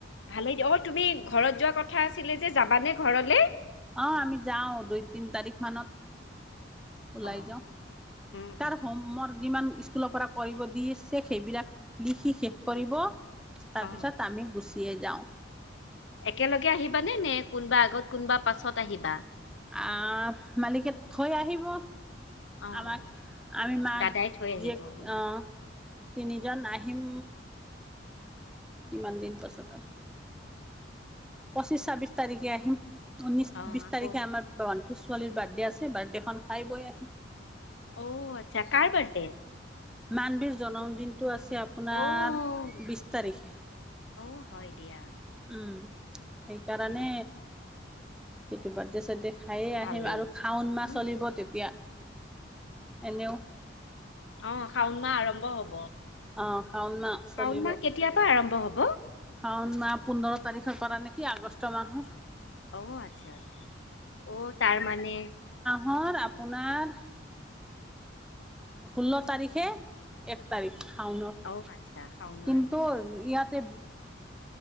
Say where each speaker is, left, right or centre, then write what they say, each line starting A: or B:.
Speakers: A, on the left; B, in the centre.
A: ভালেই দিয় অ তুমি ঘৰত যোৱা কথা আছিলে যে যাবানে ঘৰলে?
B: অ আমি যাওঁ দুই তিন তাৰিখ মানত। ওলাই
A: অ',
B: যাওঁ
A: অ', উম,
B: তাৰ
A: উম,
B: হমৰ যিমান ইছ স্কুলৰ পৰা কৰিব দিছে সেইবিলাক লিখি শেষ কৰিব তাৰপিছত
A: অ',
B: আমি গোছ তিয়ে যাওঁ।
A: একেলগে আহিবানে নে কোনোবা আগত কোনোবা পাছত আহিবা?
B: আহ মালিকে থৈ আহিব।
A: অ',
B: আমাক, আমি মাক
A: দাদাই থৈ আহিব
B: জীয়েক,
A: উম,
B: আহ। তিনিজন আহিম, কিমান দিন পাছত আহিম। পঁচিছ ছাব্বিশ তাৰিখে আহিম, উনশ
A: অ',
B: বিশ
A: আকৌ
B: তাৰিখে আমাৰ ভণ্টিৰ ছোৱালীৰ বাৰ্থডে আছে বাৰ্থডে খন খাই বৈ আহিম।
A: অ', আচ্ছা কাৰ বিৰ্থডে?
B: মানবীৰ জন্মদিনটো আছে আপোনাৰ
A: অ',
B: বিশ তাৰিখে।
A: অ', হয়। দিয়া
B: উম সেইকাৰণে,
A: উম,
B: সেইটো বিৰ্থড ছাদদে খায়ে
A: ভালেই
B: আহিম আৰু শাওন মাহ
A: উম,
B: চলিব তেতিয়া এনেও
A: অ', শাওণ মাহ আৰম্ভ হব।
B: অ', শাওন মাহ চলিব।
A: শাওণ মাহ কেতিয়াৰ পৰা আৰম্ভ হ'ব?
B: শাওন ন পোন্ধৰ তাৰিখৰ পৰা নেকি আগষ্ট মাহৰ।
A: অঁ, আচ্ছা আচ্ছা। অ', তাৰ মানে
B: মোৰ আপোনাৰ ষোল্ল তাৰিখে, এক তাৰিখ। খাওনত
A: অ', আচ্ছা শাওনৰ
B: কিন্তু
A: এক তাৰিখ
B: ইয়াতে
A: <unintelligible>